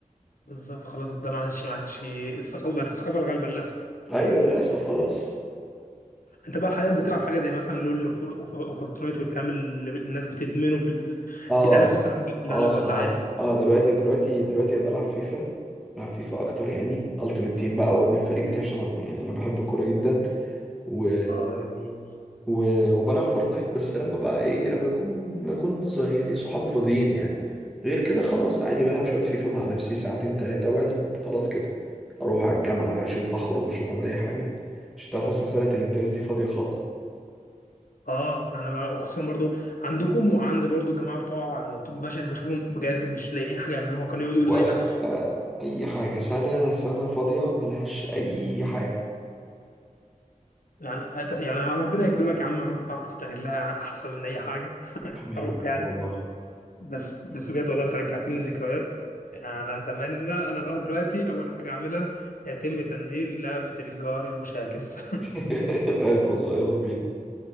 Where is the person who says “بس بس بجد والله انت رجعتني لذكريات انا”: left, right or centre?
Left